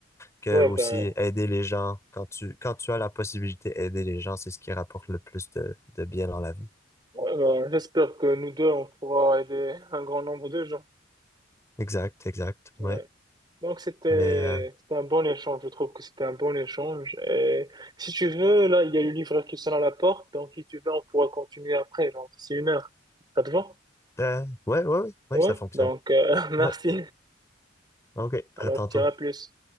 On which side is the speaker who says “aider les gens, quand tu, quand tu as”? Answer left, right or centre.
Left